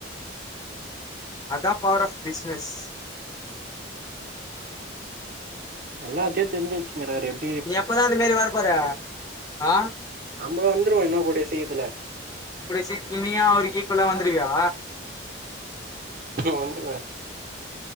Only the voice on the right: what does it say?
எல்லாத்தியு தெரிஞ்சி வெச்சின்கிறாரு எப்
நம்ம வந்துருவோ இன்னு கூடிய சீக்கிரத்துல
வந்துருவே